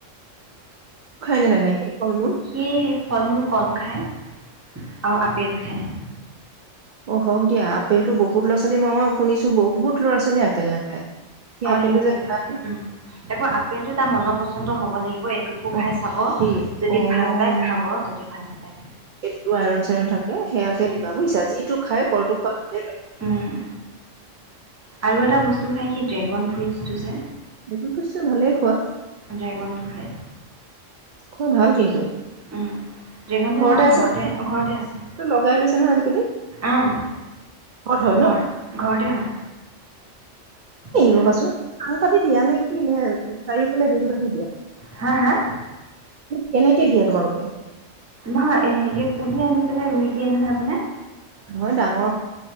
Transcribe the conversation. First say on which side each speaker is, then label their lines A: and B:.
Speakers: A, on the right; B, on the right.
A: নে নাখায় সি ফল মূল
B: সেয়ে সেই ফল মূল কল খায় আৰু আপেল খায়।
A: অঁ হওক দিয়া আপেলতো বহুত ল'ৰা ছোৱালী মই শুনিছো বহুত ল'ৰা ছোৱালীয়ে আপেল নাখায়। সি
B: আম ই আপেলটো
A: যে খায়
B: খাই উম আকৌ আপেলটো তাৰ মন পচন্দ হব লাগিব এইটোকো খাই
A: অ
B: চাব
A: সি
B: যদি
A: অ
B: ভাল পাই খাব যদি ভাল নাপ। আই।
A: সেইটোতো আইৰন চাইৰন থাকে সেয়াকে
B: উম
A: দিবা বুজিছা যিটো খাই কলটো খোৱা ভালেই।
B: উম আৰু এটা বস্তু খাই সি ড্ৰেগন ফ্ৰুটছটো যে,
A: ড্ৰেগন ফ্ৰুটছ ভালে খোৱা।
B: ড্ৰেগনটো খাই।
A: খোৱা ভাল কিন্তু।
B: উম। ড্ৰেগনটো
A: ঘৰতে
B: এনে আমাৰ
A: আছে নে?
B: ঘৰতে আছে
A: লগাই লৈছে নহয় আজিকালি
B: উম
A: ঘৰত হয়
B: ঘৰ
A: ন
B: ঘৰতে হয় এয়া
A: ৰবাচোন আং পাতি দিয়া নে? কিনে? চাৰিফালে হেৰি মানি দিয়া?
B: হা হা
A: কেনেকে দিয়া তোমালোক?
B: নহয়। এই হেৰি পুলি আনি পেলই ৰুই দিয়ে নহয় আপোনাক।
A: নহয় ডাঙৰ হ